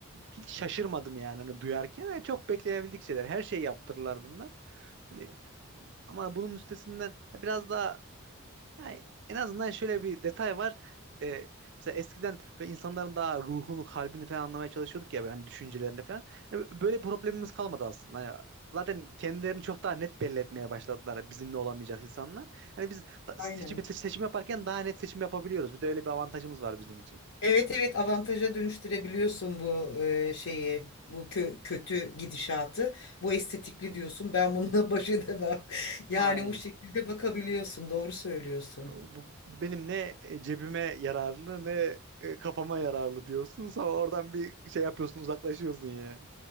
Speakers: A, on the right; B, on the left.
A: hiç şaşırmadım yani hani duyarken. Yani çok beklenebildik şeyler. Her şeyi yaptırırlar bunlar. Hani ama bunun üstesinden biraz daha Yani en azından şöyle bir detay var. Ee, mesela eskiden böyle insanların daha ruhunu, kalbini falan anlamaya çalışıyorduk ya yani düşüncelerini falan. Hani böyle bir problemimiz kalmadı aslında. Hani zaten kendilerini çok daha net belli etmeye başladılar bizimle olamayacak insanlar. Hani biz da-
B: Aynen.
A: seçim, seç- seçim yaparken daha net seçim yapabiliyoruz. Bir de öyle bir avantajımız var bizim için.
B: Evet evet avantaja dönüştürebiliyorsun bu e, şeyi bu kö- kötü gidişatı bu estetikli diyorsun ben bununla baş edemem <laughs> yani
A: Aynen.
B: bu şekilde bakabiliyorsun doğru söylüyorsun
A: Bu benim ne e, cebime yararlı ne e, kafama yararlı diyorsun. Sonra oradan bir şey yapıyorsun, uzaklaşıyorsun ya.